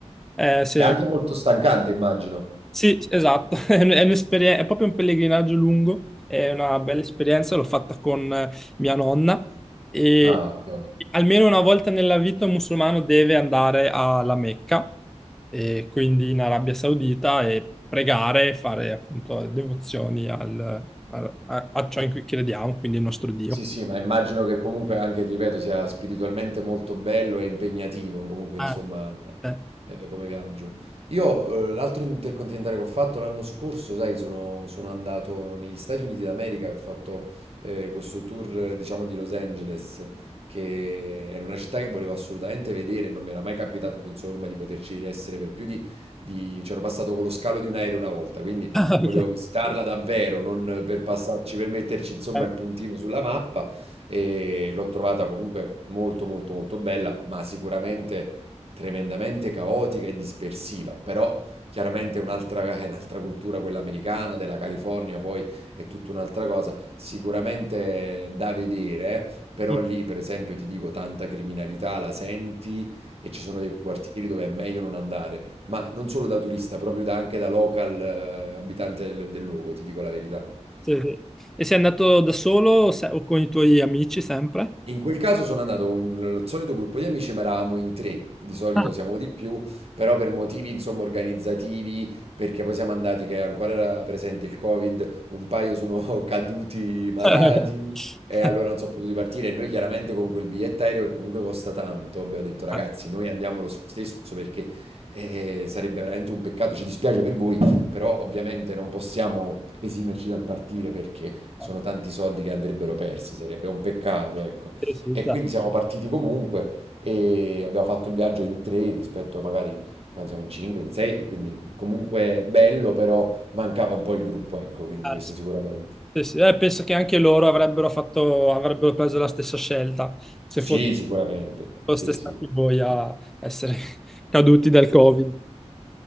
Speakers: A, in the centre; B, on the right (about 55°).
A: Eh, sì.
B: È anche molto stancante, immagino.
A: Sì, esatto, <laughs> è un- è un'esperien- è proprio un pellegrinaggio lungo, è una bella esperienza, l'ho fatta con eh, mia nonna e
B: Ah, ok.
A: almeno una volta nella vita un musulmano deve andare alla Mecca e quindi in Arabia Saudita e pregare e fare appunto devozioni al- a, a- a ciò in cui crediamo, quindi il nostro Dio.
B: Sì, sì, ma immagino che comunque anche, ti ripeto, sia spiritualmente molto bello e impegnativo, comunque
A: Ah,
B: insomma,
A: eh. <laughs>
B: eh, come viaggio. Io eh, l'altro intercontinentale che ho fatto l'anno scorso, sai, sono, sono andato negli Stati Uniti d'America, ho fatto eh, questo tour, eh, diciamo, di Los Angeles, che era una città che volevo assolutamente vedere, non mi era mai capitato, insomma, di poterci essere per più di... di... C'ero passato con lo scalo di un aereo una volta, quindi
A: Ah,
B: volevo
A: Ok. Eh,
B: visitarla davvero, non per passarci, per metterci insomma
A: eh,
B: il puntino sulla mappa e l'ho trovata comunque molto molto molto bella, ma sicuramente tremendamente caotica e dispersiva, però chiaramente è un'altra <laughs> è un'altra cultura quella americana, della California, poi è tutta un'altra cosa, sicuramente da vedere, eh. però
A: eh.
B: lì per esempio ti dico tanta criminalità, la senti e ci sono dei quartieri dove è meglio non andare ma non solo da turista, proprio da- anche da local eh, abitante del, del luogo, ti dico la verità.
A: Sì, sì. E sei andato da solo o se- o con i tuoi amici sempre?
B: In quel caso sono andato con lo solito gruppo di amici, ma eravamo in 3, di solito
A: Ah.
B: siamo di più, però per motivi insomma organizzativi, perché poi siamo andati che ancora era presente il Covid, un paio sono <laughs> caduti malati
A: <laughs>
B: e allora non sono potuti partire e noi chiaramente con quel biglietto aereo che comunque costa tanto, abbiamo detto ragazzi,
A: Ah,
B: noi andiamo lo stesso perché eh, sarebbe veramente un peccato, ci dispiace per voi, però ovviamente non possiamo esimerci dal partire perché sono
A: certo.
B: tanti soldi che andrebbero persi, sarebbe un peccato, ecco.
A: Sì, sì,
B: E
A: certo.
B: quindi siamo partiti comunque e abbiamo fatto il viaggio in tre rispetto magari quando siamo in cinque, in sei, e quindi comunque bello, però mancava un po' il gruppo, ecco, quindi
A: Ah,
B: questo sicuramente.
A: Sì, sì. Eh, penso che anche loro avrebbero fatto, avrebbero preso la stessa scelta se
B: Sì,
A: fo-
B: sicuramente.
A: foste
B: Sì, sì.
A: stati voi a essere <laughs> caduti dal Covid.